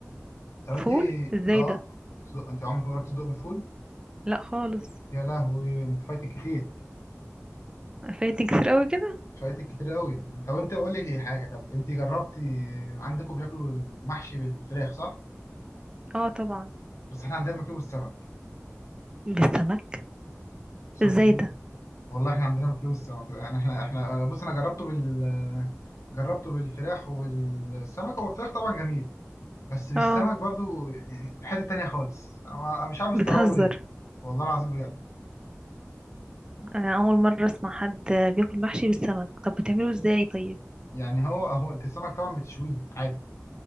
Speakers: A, on the left (about 75°); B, on the right (about 15°).
A: طب انت
B: فول ازاي
A: اه
B: ده
A: صدق انت عمرك ما جربت تصدق بالفول
B: لا خالص
A: يا لهوي انت فايتك كتير
B: فايتني كتير قوي كده
A: فايتك كتير قوي طب انت بقول لك ايه حاجه طب انت جربتي عندكم بياكلوا المحشي بالفراخ صح
B: اه طبعا
A: بس احنا عندنا بناكله بالسمك
B: بالسمك
A: بس انت
B: ازاي ده
A: والله احنا عندنا فلوس سمك يعني احنا احنا بص انا جربته بال جربته بالفراخ وبالسمك هو الفراخ طبعا جميل بس بالسمك
B: اه
A: برضو يعني حتة تانية خالص انا أنا مش عارف استغربه
B: بتهزر
A: ليه والله العظيم بجد
B: انا اول مره اسمع حد بياكل محشي بالسمك طب بتعمله ازاي طيب
A: يعني هو هو انت السمك طبعا بتشويه عادي